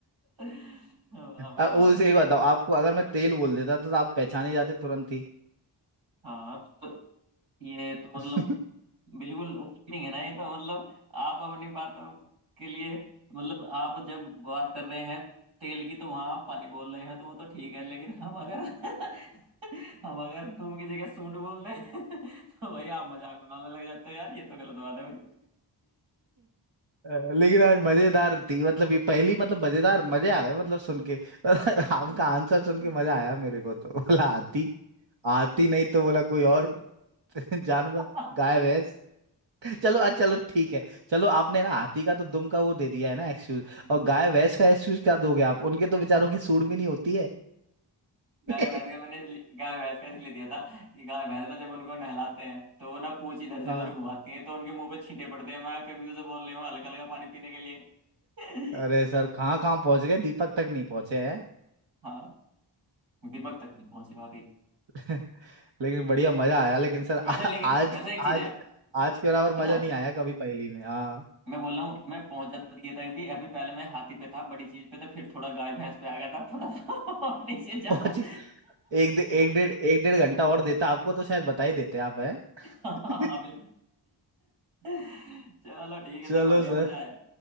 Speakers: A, on the right; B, on the right.
A: <laughs> वाह भाई
B: अ, उसे
A: वाह
B: एक बताओ आपको अगर मैं तेल बोल देता तो आप पहचाने जाते तुरंत ही
A: हाँ तो ये तो
B: <laughs>
A: मतलब बिल्कुल चीटिंग है ना ये तो मतलब आप अपनी बातों के लिए मतलब आप जब बात कर रहे हैं तेल की तो वहां आप पानी बोल रहे हैं तो वो तो ठीक है लेकिन हम अगर <laughs> हम अगर तुम की जगह सूंड बोल रहे हैं <laughs> तो भाई आप मजाक बनाने लग जाते हो यार ये तो गलत बात है हम्म
B: अ, लेकिन आज मजेदार थी मतलब ये पहली मतलब मजेदार मजे आ गए मतलब सुन के <laughs> आपका आंसर सुन के मजा आया मेरे को तो बोला हाथी हाथी नहीं तो बोला कोई
A: भाई
B: और <laughs> जानवर
A: हम्म
B: गाय भैंस चलो अच्छा चलो ठीक है चलो आपने ना हाथी का तो दुम का वो दे दिया है ना एक्सक्यूज
A: <laughs>
B: और गाय भैंस का एक्सक्यूज क्या दोगे आप उनके तो बेचारों की सूढ़ भी नहीं होती है
A: गाय
B: <laughs>
A: भैंस का मैंने ले- गाय भैंस का इसलिए दिया था कि गाय भैंस ना जब उनको नहलाते हैं तो वो ना पूंछ इधर से
B: हाँ
A: उधर घुमाती है तो उनके मुंह पे छींटे पड़ते हैं मैं कभी उसे बोल रही हूँ हल्का हल्का पानी पीने के लिए
B: अरे
A: <laughs>
B: सर कहाँ कहाँ पहुंच गए दीपक तक नहीं पहुंचे हैं
A: हाँ दीपक तक नहीं पहुंची बाकी
B: <laughs> लेकिन बढ़िया मजा आया लेकिन सर आ,
A: वैसे
B: आज
A: लेकिन वैसे
B: की-
A: एक चीज
B: आज
A: है
B: आज के बराबर
A: सुनो
B: मजा नहीं आया कभी पहली में हाँ
A: मैं बोल रहा हूँ मैं पहुंच जाता दिए तक भी अभी पहले मैं हाथी पे था बड़ी चीज पे था फिर थोड़ा गाय भैंस पे आ गया था थोड़ा सा और नीचे जाता
B: पहुंची एक दे, एक डेढ़ एक डेढ़ घंटा और देता आपको तो शायद बता ही देते आप हैं
A: हाँ
B: <laughs>
A: बिल्कुल चलो ठीक है
B: चलो
A: सर बढ़िया
B: सर
A: मजा आया